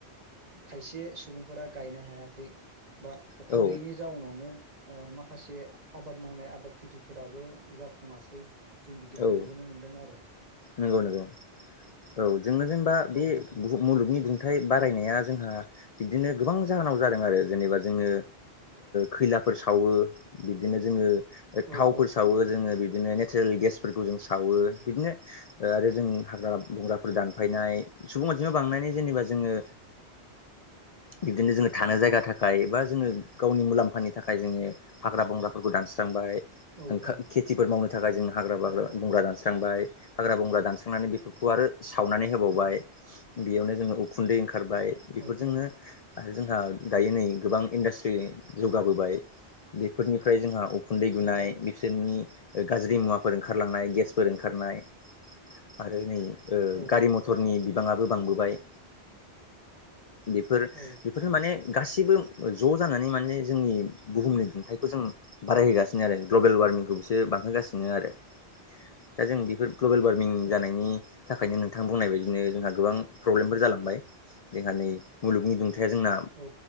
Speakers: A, on the right; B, on the left.
A: खायसे सुबुंफोरा गायनो हायाखै बा अखा
B: औ
A: गैयिनि जाउनावनो माखासे आबाद मावनाय आबाद खेथिफोराबो जाफुङासै जों बिदिखौ
B: औ
A: नुबोनो मोन्दों आरो।
B: नंगौ नंगौ औ जोंनो जेनबा बे
A: औ नोंथां
B: बुहु मुलुगनि दुंथाइ बारायनाया जोंहा बिदिनो गोबां जाहोनाव जादों आरो जेनेबा जोङो खैलाफोर सावो बिदिनो जोङो
A: औ
B: थावफोर
A: औ
B: सावो ज बिनो नेचारेल गेसफोरखौ जों सावो बिदिनो आरो जों हाग्रा बग्रा फोर दानफायनाय सुबुं मथिनो बांनानै जेनेबा जोङो बिदिनो जोङो थानो जायगा थाखाय बा जोङो गावनि मुलाम्फानि थाखाय जोङो हाग्रा बंग्राफोरखौ दानस्रांबाय।
A: औ
B: ओं
A: औ
B: खेथिफोर मावनो थाखाय जों हाग्रा बाग्रा
A: औ
B: बंग्रा दानस्रांबाय। हाग्रा बंग्रा दानस्रांनानै बेफोरखौ आरो सावनानै होबावबाय
A: औ
B: बेयावनो जोङो खुन्दै ओंखारबाय बेफोरजोंनो
A: औ औ
B: आरो जोंहा दायो नै गोबां इन्डासट्रि जौगाबोबाय बेफोरनिफ्राय जोंहा खुन्दै गुनाय
A: औ औ
B: बिसोरनि गाज्रि मुवाफोर ओंखारलांनाय गेसफोर ओंखारनाय आरो नै
A: औ
B: गारि मथरनि बिबाङाबो बांबोबाय बेफोर
A: औ
B: बेफोरखौनो माने गासैबो ज' जानानै माने जोंनि बुहुमनि दुंथाइखौ जों बारायहोगासिनो आरो ग्लबेल वार्मिंखौ बिसो बांहोगासिनो आरो दा जों बेफोर ग्लबेल वार्मि मिं
A: औ
B: जानायनि थाखायनो नोंथां बुंनाय बायदिनो जोंहा गोबां प्रब्लेमफोर जालांबाय। जोंहा नै मुलुगनि दुंथाया जोंना
A: औ